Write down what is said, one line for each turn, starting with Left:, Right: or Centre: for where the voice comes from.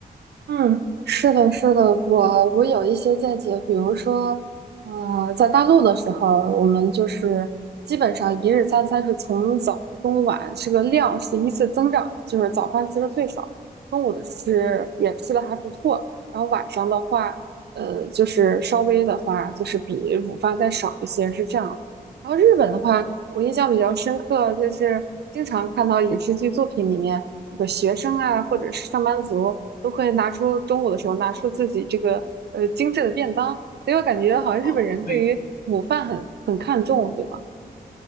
Right: 嗯，是的，是的，我我有一些见解，比如说，呃，在大陆的时候，我们就是基本上一日三餐是从早中晚这个量是依次增长，就是早饭吃的最少，中午的吃也吃的还不错，然后晚上的话，呃，就是稍微的话就是比午饭再少一些，是这样的。然后日本的话，我印象比较深刻，就是经常看到影视剧作品里面。这个学生啊，或者是上班族，都会拿出中午的时候拿出自己这个呃精致的便当，所以我感觉好像日本人对于午饭很很看重，
Left: 哦，<laughs> 对，
Right: 对吗？